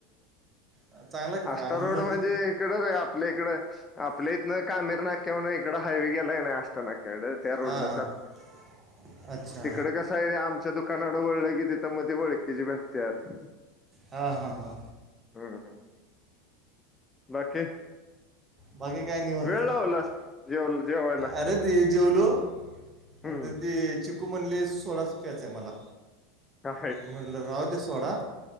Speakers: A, on the right; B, on the left.
A: चांगला आहे
B: अष्टारोड
A: का? मध्ये
B: म्हणजे इकडं रे आपल्या इकडं आपल्या इथन कामीर नाक्यावरन इकडं हायवे गेलाय नाय आष्टा नाक्याकडं त्या रोडला
A: हां हां
B: चाल
A: अच्छा
B: तिकड कस कसाय आमच्या दुकानाकड वळलं कि तिथं म ती वळखीची भेटत्यात
A: हा हा हा.
B: हम्म हम्म. बाकी?
A: बाकी काय निवांत,
B: वेळ लावलास जेव जेवायला
A: अरे ते जेवलो
B: हम्म
A: नंतर ती चिकू म्हणली सोडाच प्यायचाय मला.
B: हा
A: म्हणल राहूदे सोडा